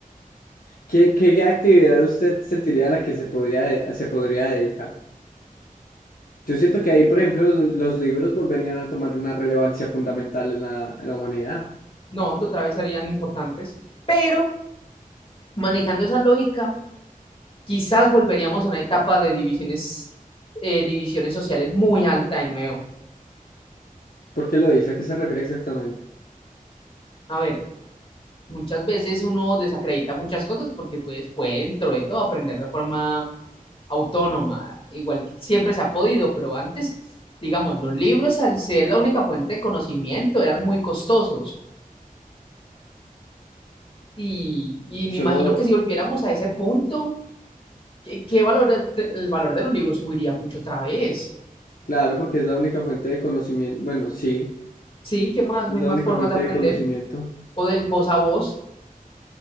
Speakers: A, on the left; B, on the left.
A: ¿Qué, qué actividad usted sentiría a la que se podía, de- se podría dedicar? Yo siento que ahí, por ejemplo, los, los libros volverían a tomar una relevancia fundamental en la, en la humanidad.
B: No, otra vez serían importantes. Pero manejando esa lógica, quizás volveríamos a una etapa de divisiones, eh, divisiones sociales muy alta de nuevo.
A: ¿Por qué lo dice? ¿A qué se refiere exactamente?
B: A ver, muchas veces uno desacredita muchas cosas porque pues puede dentro de todo aprender de forma autónoma, igual que siempre se ha podido, pero antes, digamos, los libros al ser la única fuente de conocimiento eran muy costosos y, y
A: Solo,
B: me imagino que si volviéramos a ese punto, ¿qué, qué valor, el valor de los libros subiría mucho otra vez?
A: claro, porque es la única fuente de conocimiento. Bueno, sí,
B: Sí, ¿qué más?
A: es
B: No hay
A: la
B: más
A: única
B: formas
A: fuente
B: de aprender
A: de conocimiento.
B: o del voz a voz.